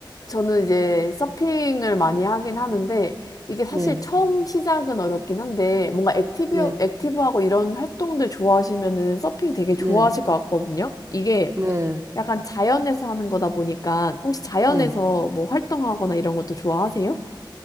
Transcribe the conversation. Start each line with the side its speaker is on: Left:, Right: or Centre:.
Left: 저는 이제 서핑을 많이 하긴 하는데 이게 사실
Right: 네,
Left: 처음 시작은 어렵긴 한데 뭔가 액티브
Right: 네,
Left: 액티브하고 이런 활동들 좋아하시면은 서핑 되게 좋아하실
Right: 네,
Left: 것 같거든요. 이게
Right: 네,
Left: 약간 자연에서 하는 거다 보니까 혹시 자연에서
Right: 네.
Left: 뭐 활동하거나 이런 것도 좋아하세요?